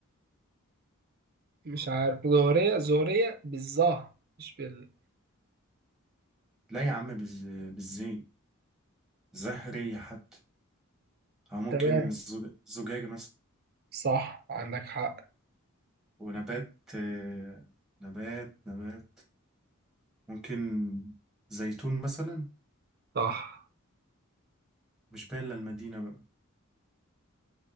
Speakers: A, on the right; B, in the centre.
A: مش عارف زهرية زهرية بالظا مش بال
B: لا يا عم بالز... بالزين زهرية حتى أو ممكن
A: تمام
B: زج... زجاجة مثلا
A: صح عندك حق
B: ونبات آه، نبات نبات ممكن زيتون مثلا
A: صح
B: مش باين إلا المدينة بقى